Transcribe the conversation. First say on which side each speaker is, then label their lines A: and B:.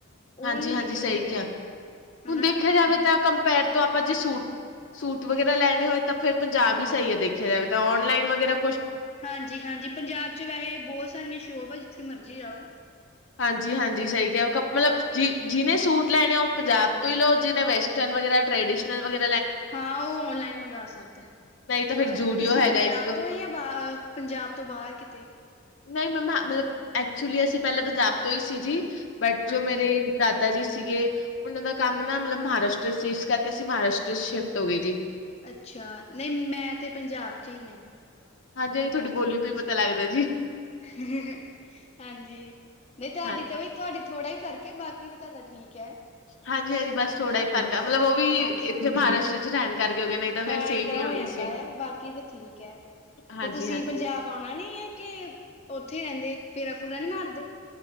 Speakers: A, on the left; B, on the left.
A: ਹਾਂਜੀ,
B: ਨੀ
A: ਹਾਂਜੀ
B: ਨਿਕਲਦੇ
A: ਸਹੀ
B: ਹੈਗੇ
A: ਕਿਹਾ, ਹੁਣ
B: ਹਨਾ।
A: ਦੇਖਿਆ ਜਾਵੇ ਤਾਂ ਕੰਪੈਰ ਤ ਆਪਾਂ ਜੇ ਸੂਟ, ਸੂਟ ਵਗੈਰਾ ਲੈਣੇ ਹੋਏ ਤਾਂ ਫਿਰ ਪੰਜਾਬ ਹੀ ਸਹੀ ਆ। ਦੇਖਿਆ ਜਾਵੇ ਤਾਂ ਔਨਲਈਨ ਵਗੈਰ
B: ਹਾਂਜੀ, ਹਾਂਜੀ ਪੰਜਾਬ ਚ ਵੈਸੇ ਬਹੁਤ ਸਾਰੀਆਂ ਸ਼ੋਪ ਆ। ਜਿੱਥੇ ਮਰਜੀ ਆਓ
A: ਹਾਂਜੀ, ਹਾਂਜੀ ਸਹੀ ਕਿਹਾ ਕ ਮਤਲਬ ਜੀ ਜਿਹਨੇ ਸੂਟ ਲੈਣੇ ਆ ਉਹ ਪੰਜਾਬ ਤੋਂ ਹੀ ਲਓ, ਜਿਹਨੇ ਵੈਸਟਰਨ ਵਗੈਰਾ ਟਰੈਡੀਸ਼ਨਲ ਵਗੈਰਾ
B: ਹਾਂ ਉਹ ਔਨਲਾਈਨ ਮੰਗਾ ਸਕਦਾ।
A: ਨਹੀਂ ਤਾਂ ਫਿਰ
B: ਹਾਂ
A: ਜੂਡੀਓ
B: ਤੁਸੀਂ
A: ਹੈਗਾ
B: ਪੰਜਾਬ
A: ਇੱਕ
B: ਤੋਂ ਹੀ ਆ। ਜਾਂ ਬ ਪੰਜਾਬ ਤੋਂ ਬਾਹਰ ਕਿਤੇ
A: ਨਹੀਂ ਮਮਾ ਮਤਲਬ ਐਕਚੁਲੀ ਅਸੀਂ ਪਹਿਲਾਂ ਪੰਜਾਬ ਤੋਂ ਹੀ ਸੀ ਜੀ। ਬੱਟ
B: ਹਾਂਜੀ
A: ਜੋ ਮੇਰੇ ਦਾਦਾ ਜੀ ਸੀਗੇ, ਉਹਨਾਂ ਦਾ ਕੰਮ ਨਾ ਮਤਲਬ ਮਹਾਰਾਸ਼ਟਰ ਸੀ। ਇਸ ਕਰਕੇ ਅਸੀਂ ਮਹਾਰਾਸ਼ਟਰ ਸ਼ਿਫਟ ਹੋ ਗਏ ਜੀ।
B: ਅੱਛਾ, ਨਹੀਂ ਮੈਂ ਤੇ ਪੰਜਾਬ ਚ ਹੀ ਹਾਂ।
A: ਹਾਂਜੀ, ਹਾਂਜੀ ਤੁਹਾਡੀ ਬੋਲੀ ਤੋਂ ਹੀ ਪਤਾ ਲੱਗਦਾ ਜੀ।
B: ਹ, ਹ, ਹ ਹਾਂਜੀ ਨਹੀਂ ਤੁਹਾਡੀ
A: ਹਾਂ
B: ਤੇ ਉ ਤੁਹਾਡੀ ਥੋੜਾ ਹੀ ਫ਼ਰਕ ਹੈ। ਬਾਕੀ ਤਾਂ ਤੁਹਾਡਾ ਠੀਕ ਹੈ।
A: ਹਾਂਜੀ, ਹਾਂਜੀ ਬਸ ਥੋੜਾ ਹੀ ਫ਼ਰਕ ਹੈ। ਮਤਲਬ ਉਹ ਵੀ
B: ਹਾਂਜੀ-ਹਾਂਜੀ
A: ਇੱਥੇ ਮਹਾਰਾਸ਼ਟਰ ਚ ਰਹਿਣ ਕਰਕੇ ਹੋ ਗਿਆ ਨਹੀਂ ਤਾਂ ਫੇਰ
B: ਹਾਂ
A: ਸੇਮ
B: ਏਦਾਂ
A: ਹੀ ਹੋਣੀ
B: ਹੋ ਜਾਂਦਾ
A: ਸੀ।
B: ਹੈ, ਬਾਕੀ ਤੇ ਠੀਕ ਹੈ।
A: ਹਾਂਜੀ,
B: ਤੇ ਤੁਸੀਂ
A: ਹਾਂਜੀ,
B: ਪੰਜਾਬ ਆਉਣਾ ਨੀ ਹੈ। ਕੇ ਉੱਥੇ ਰਹਿੰਦੇ ਫੇਰਾ ਫੂਰਾ ਨਹੀਂ ਮਾਰਦੇ